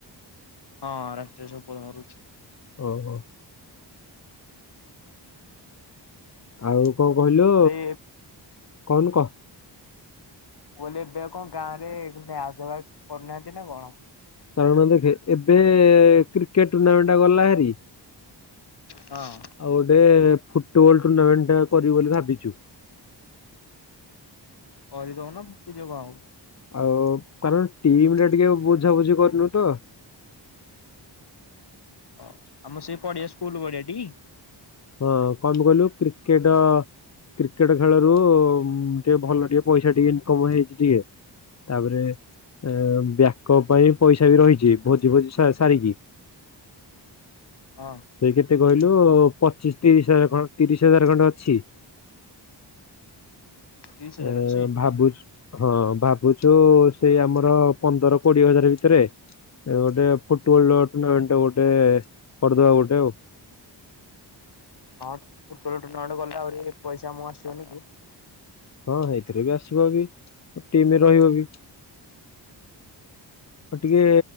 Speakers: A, on the left (about 65°); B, on the left (about 40°).
A: ହଁ ରାତିରେ ସବୁବେଳେ ହଉଚି।
B: ଅ ହୋ। ଆଉ କଣ କହିଲୁ
A: ଆରେ
B: କଉନୁ କହ।
A: କଇଲି ଏବେ କଣ ଗାଁ ରେ ମ୍ୟାଚ ଫ୍ୟା୍ଚ କରୁନାହାନ୍ତି ନା କଣ?
B: କାରଣ ଦେଖେ ଏବେ କ୍ରିକେଟ ଟୁର୍ଣ୍ଣାମେଣ୍ଟ ଟା ଗଲା ହାରି
A: ହଁ
B: ଆଉ ଗୋଟେ ଫୁଟବଲ ଟୁର୍ଣ୍ଣାମେଣ୍ଟଟା କରିବୁ ବୋଲି ଭାବିଚୁ।
A: କରିଦଉନ ଭାବିଚ କଣ ଆଉ।
B: ଆଉ କାରଣ ଟିମ ଟା ଟିକେ ବୁଝାବୁଝି କରିନୁ ତ।
A: ଓ ଆମ ସେଇ ପଡିଆ ସ୍କୁଲ ବଡିଆଟି?
B: ହଁ କଁପେ କହିଲୁ କ୍ରିକେଟ କ୍ରିକେଟ ଖେଳରୁ ଟିକେ ଭଲ ଟିକେ ପଇସା ଟିକେ ଇନକମ ହେଇଚି ଟିକେ। ତାପରେ। ଏ ବ୍ୟାକପ ପାଇଁ ପଇସା ବି ରହିଛି ଭୋଜି ଭୋଜି ସା ସାରିକି।
A: ହଁ।
B: ସେ କେତେ କହିଲୁ ପଚିଶ ତିରିଶ ହଜାର ଖଣ୍ଡ ତିରିଶ ହଜାର ଖଣ୍ଡେ ଅଛି।
A: <inaudible> ହଜାର
B: ଏ
A: ଅଛି?
B: ଭାବୁ ହଁ ଭାବୁଛୁ ସେଇ ଆମର ପନ୍ଦର କୋଡିଏ ହଜାର ଭିତରେ ଗୋଟେ ଫୁଟବଲ ଟୁଣ୍ଣାମେଣ୍ଟ ଗୋଟେ କରିଦବା ଗୋଟେ ଆଉ।
A: ହଁ ଫୂଟବଲ ଟୁଣ୍ଣାମେଣ୍ଟ ଗଲେ ଆହୁରି ପଇସା ମୁଁ ଆସିବନି କି?
B: ହଁ ସେଇଥିରେ ବି ଆସିବ ବି ଟିମରେ ରହିବ ବି।
A: <inaudible>
B: ଆଉ ଟିକେ